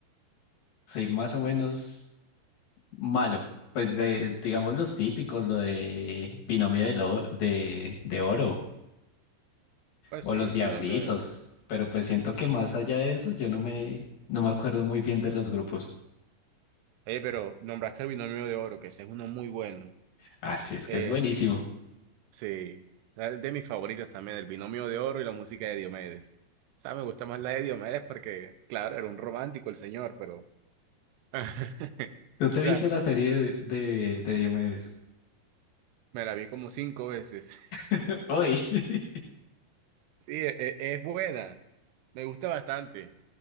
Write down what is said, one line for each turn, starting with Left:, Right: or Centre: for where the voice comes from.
Left: soy más o menos malo. Pues de, digamos los típicos, lo de binomio de, lo- de, de oro
Right: Pues
Left: o
Right: sí,
Left: los
Right: Binomio
Left: diablitos.
Right: de Oro.
Left: Pero pues siento que más allá de eso, yo no me, no me acuerdo muy bien de los grupos.
Right: Oye, pero nombraste el Binomio de Oro, que ese es uno muy bueno.
Left: Así es
Right: Eh,
Left: que es buenísimo.
Right: sí, o sea, es de mis favoritas también, el Binomio de Oro y la música de Diomedes. O sea, me gusta más la de Diomedes porque, claro, era un romántico el señor, pero... <laughs>
Left: ¿Tú te viste
Right: O sea,
Left: la serie de, de, de Diomedes?
Right: me la vi como cinco veces.
Left: <laughs> Uy, <laughs>
Right: Sí, e- e- es, buena. Me gusta bastante.